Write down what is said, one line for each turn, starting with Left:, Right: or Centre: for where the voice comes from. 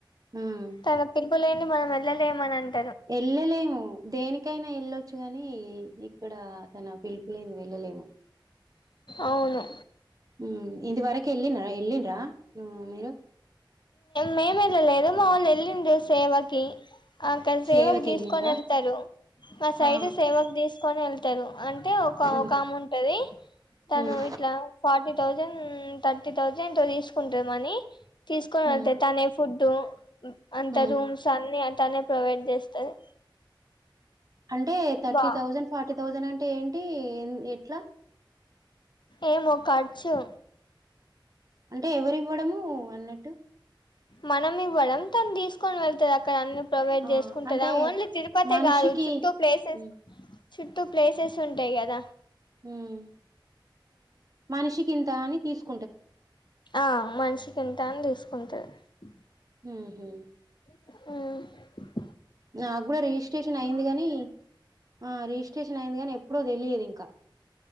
Right: ఉమ్.
Left: తన తిరుపులే మనం వెళ్ళలే ఏమనంత
Right: వెళ్ళలేము దేనికినికి ఎక్కైనా వెళ్ళొచ్చు ని ఇక్కడ తన పిలుపులేంది వెళ్ళలేము
Left: అవును
Right: ఉ ఇంద వరక ఎల్నరా ఎల్లినరా మీరు
Left: మేముళ లేదు మాముళ్ళ వెళ్ళిండు సేవకి అక్కడ
Right: సేవకెళ్ళిండ్రా
Left: సేవకు తీసుకని వెళ్తారు మా సైడ్
Right: ఆ ఆ
Left: సేవకు తీసుకుొని వెళ్త తరు అంటే ఒక
Right: ఉమ్
Left: ఒక ఆముంటది తను
Right: ఉమ్
Left: ఇట్ల ఫార్టీ థౌజండ్ థర్టీ థౌజండ్ ఏో తీసుకుంటరు మనీ తీసుకొనంటే
Right: ఉమ్
Left: తనే కుుట్టు అంత
Right: ఉమ్
Left: రూమ్స్ అన్ని తనే ప్రొవైడ్ చేస్తది
Right: అంటే థర్టీ
Left: బా
Right: థౌజండ్ ఫార్టీ థౌజండ్ అంటే ఏంటి టి ఎట్లా
Left: ఏమో ఖర్చు
Right: అంటే ఎవరివ్వడము వాల్ అన్నట్టు
Left: మనం ఇవ్వడం తను తీసుకొని వెళ్తది అక్కడ అన్ని ప్రొవైడ్
Right: ఆ
Left: చేసుకుంటద
Right: అంటే
Left: ఓన్లీ తిరుపతి
Right: మనిషికి
Left: కాదు చుట్టూ ప్లేసెస్
Right: ఉమ్
Left: చుట్టూ ప్లేసెస్ ఉంటయి కద
Right: ఉమ్ మనిషికి ఇంత అని తీసుకు
Left: ఆ మనిషికి ఇంత అని తీసుకుంటరు ఉ
Right: ఊహు
Left: మ్
Right: నాకూడ రిజిస్ట్రేషన్ అయ్యింది కాని ఆ రిజిస్ట్రేషన్ అయింది గానీ ఎప్పుడో తెలీదు ఇంకా